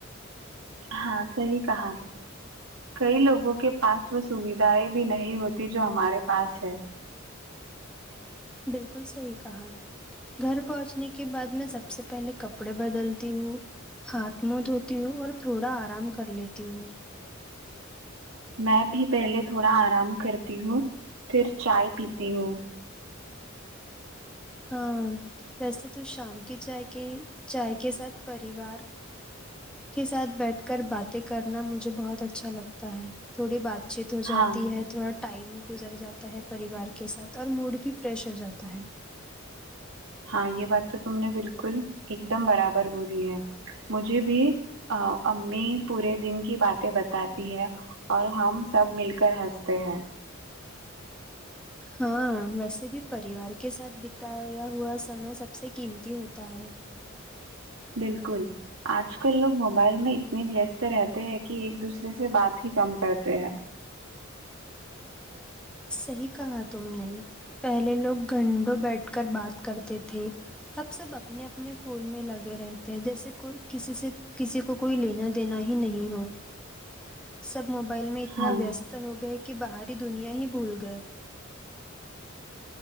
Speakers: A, on the right (about 85°); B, in the centre.
A: ہاں صحیح کہا کئی لوگوں کے پاس وہ سودھائیں بھی نہیں ہوتی جو ہمارے پاس ہے
B: بالکل صحیح کہا گھر پہنچنے کے بعد میں سب سے پہلے کپڑے بدلتی ہوں ہاتھ منہ دھوتی ہوں اور تھوڑا آرام کر لیتی ہوں
A: میں بھی پہلے تھوڑا آرام کرتی ہوں پھر چائے پیتی ہوں
B: ہاں ویسے تو شام کی چائے کے چائے کے ساتھ پریوار کے ساتھ بیٹھ کر باتیں کرنا مجھے بہت اچھا لگتا ہے تھوڑی بات چیت ہو جاتی
A: ہاں
B: ہے تھوڑا ٹائم گزر جاتا ہے پریوار کے ساتھ اور موڑ بھی فریش ہو جاتا ہے
A: ہاں یہ بات تو تم نے بالکل ایک دم برابر بولی ہے مجھے بھی امی پورے دن کی باتیں بتاتی ہے اور ہم سب مل کر ہنستے ہیں
B: ہاں ویسے بھی پریوار کے ساتھ بتایا ہوا سمے سب سے قیمتی ہوتا ہے
A: بالکل آج کل لوگ موبائل میں اتنے ویسٹ رہتے ہیں کہ ایک دوسرے سے بات ہی کم کرتے ہیں
B: صحیح کہا تم نے پہلے لوگ گھنٹوں بیٹھ کر بات کرتے تھے اب سب اپنے اپنے فون میں لگے رہتے ہیں جیسے کوئی کسی سے کسی کو کوئی لینا دینا ہی نہیں ہو سب موبائل میں اتنا
A: ہاں
B: ویست ہو گئے کہ باہری دنیا ہی بھول گئے